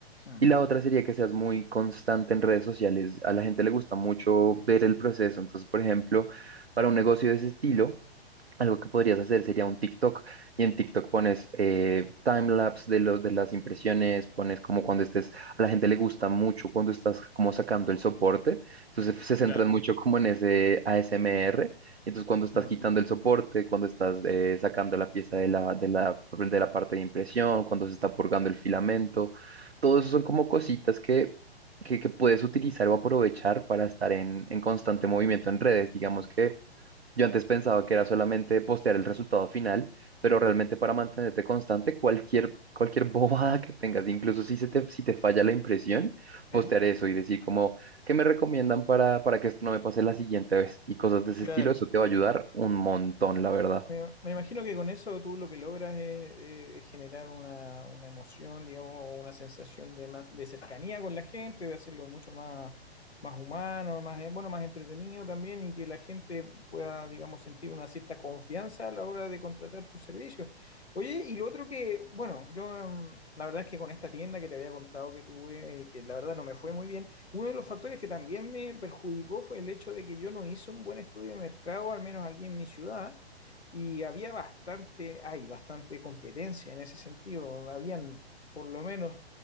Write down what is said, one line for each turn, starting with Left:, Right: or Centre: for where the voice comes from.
Left: Mm,
Right: Y la otra sería que seas muy constante en redes sociales. A la gente le gusta mucho ver el proceso. Entonces, por ejemplo, para un negocio de ese estilo, algo que podrías hacer sería un TikTok y en TikTok pones eh, timelapse de, los de las impresiones, pones como cuando estés, a la gente le gusta mucho cuando estás como sacando el soporte, entonces se centran
Left: claro.
Right: mucho como en ese ASMR, entonces cuando estás
Left: Mm.
Right: quitando el soporte, cuando estás eh, sacando la pieza de la, de la, de la parte de impresión, cuando se está purgando el filamento, todo eso son como cositas que... Que, que puedes utilizar o aprovechar para estar en, en constante movimiento en redes. Digamos que yo antes pensaba que era solamente postear el resultado final, pero realmente para mantenerte constante, cualquier, cualquier <laughs> bobada que tengas, incluso si, se te, si te falla la impresión,
Left: ¿Eh?
Right: postear eso y decir como, ¿qué me recomiendan para, para que esto no me pase la siguiente vez? Y cosas de ese
Left: Claro,
Right: estilo, eso te va a ayudar un montón, la verdad.
Left: Me, me imagino que con eso tú lo que logras es, eh, generar una, una emoción, digamos, o una sensación de más de cercanía con la gente, de hacerlo mucho más, más humano, más, eh, bueno, más entretenido también, y que la gente pueda, digamos, sentir una cierta confianza a la hora de contratar tus servicios. Oye, y lo otro que, bueno, yo em, la verdad es que con esta tienda que te había contado que tuve, eh, que la verdad no me fue muy bien, uno de los factores que también me perjudicó fue el hecho de que yo no hice un buen estudio de mercado, al menos aquí en mi ciudad y había bastante, hay bastante competencia en ese sentido. Habían por lo menos,